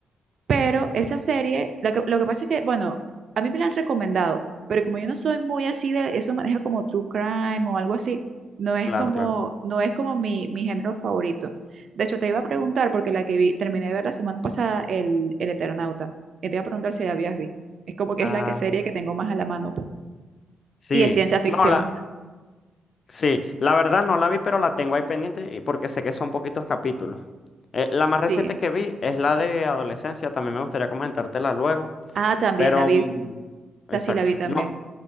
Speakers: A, on the right; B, on the left.
A: Pero esa serie, lo que, lo que pasa es que, bueno, a mí me la han recomendado, pero como yo no soy muy así de eso, maneja como true crime o algo así, no es
B: Claro,
A: como,
B: claro.
A: no es como mi, mi género favorito. De hecho, te iba a preguntar, porque la que vi, terminé de ver la semana pasada, el, el Eternauta, y te iba a preguntar si la habías visto. Es como que
B: Ah,
A: es la que serie que tengo más a la mano. pues.
B: sí.
A: Y es ciencia ficción.
B: No, la, Sí, la verdad no la vi, pero la tengo ahí pendiente y porque sé que son poquitos capítulos. Eh, la más reciente
A: Sí.
B: que vi es la de adolescencia, también me gustaría comentártela luego,
A: Ah, también
B: pero
A: la vi.
B: mm, exacto.
A: sea, sí la vi también.
B: No,